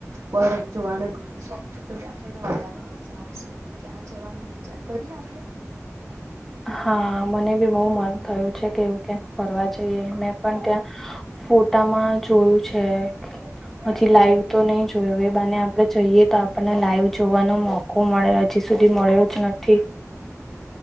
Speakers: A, on the right (about 65°); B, in the centre.
A: બરફ જોવાનો એ ઘણો શોખ છે તો ત્યાં આપણને વધારે મજા આવશે. તો ત્યાં જવાનો વિચાર કરીએ આપડે?
B: હા મને બી બહુ મન થયું છે કે એવું ક્યાંક ફરવા જઈએ મેં પણ ત્યાં ફોટામાં જોયું છે.
A: <inaudible>
B: પછી લાઈવ તો નહી જોયું એ બાને આપડે જઈએ તો આપણને લાઈવ જોવાનો મોક કો મળે હજી સુધી મળ્યો જ નથી.